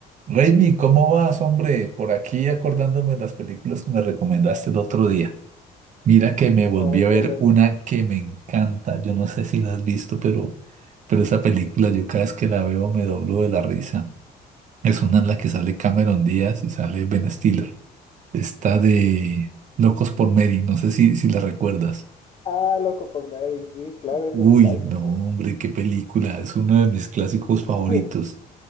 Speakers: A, on the right (about 45°); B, on the left (about 35°).
A: Raimi, ¿cómo vas, hombre? Por aquí acordándome de las películas que me recomendaste el otro día. Mira que me volví
B: Oh,
A: a ver
B: qué bueno.
A: una que me encanta. Yo no sé si la has visto, pero, pero esa película yo cada vez que la veo me doblo de la risa. Es una en la que sale Cameron Díaz y sale Ben Stiller. Está de Locos por Mary, no sé si, si la recuerdas.
B: Ah, loco por Mary, sí, claro, es
A: Uy,
B: un clásico.
A: no, hombre, qué película. Es uno de mis clásicos favoritos.
B: <laughs>